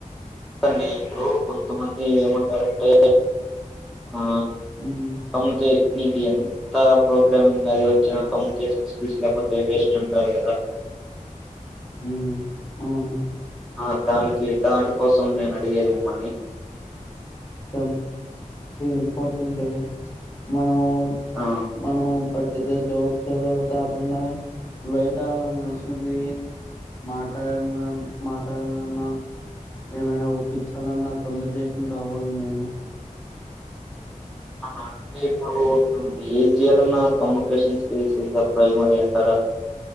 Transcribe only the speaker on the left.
ఉమ్
ఉమ్ అవును
స ఇంపార్టెంట్ మనం
మనం పట్టితే జాబ్ తర్వాత తాకుండా బయట మనిసింది మాట్లాడ మాట్లాడాలన్నా ఏమైనా ఒప్పించాలన్నా తమ్ చేసిన త ఫోన్ మేను